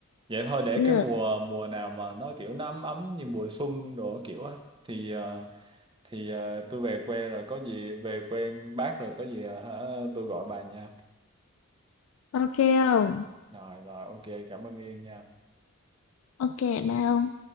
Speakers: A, on the right; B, on the left.
A: Vậy thôi để
B: như
A: cái mùa mùa nào mà nó kiểu nó ấm ấm như mùa xuân đồ kiểu á thì ờ, thì ờ, tôi về quê rồi có gì về quê bác rồi có gì ờ, hả tôi gọi bà nha.
B: ok không
A: Rồi rồi ok cảm ơn Yên nha.
B: Ok, ba ông.